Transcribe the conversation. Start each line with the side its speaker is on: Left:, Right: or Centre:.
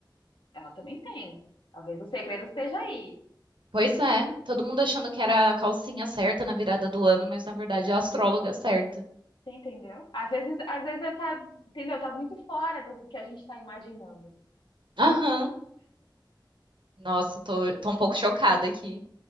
Left: ela também tem. Talvez o segredo esteja aí.
Right: Pois é. Todo mundo achando que era a calcinha certa na virada do ano, mas na verdade é a astróloga certa.
Left: Você entendeu? Às vezes, às vezes eu tá, entendeu? Tá muito fora do que a gente tá imaginando.
Right: Aham. Nossa, tô, tô um pouco chocada aqui.